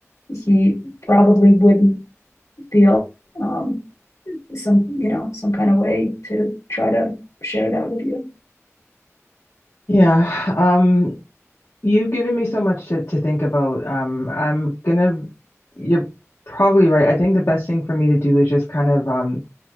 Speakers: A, on the left; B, on the left.
A: he probably wouldn't feel um some you know some kind of way to try to share that with you
B: Yeah. Um, You've given me so much to, to think about. Um, I'm gonna, you're probably right. I think the best thing for me to do is just kind of um,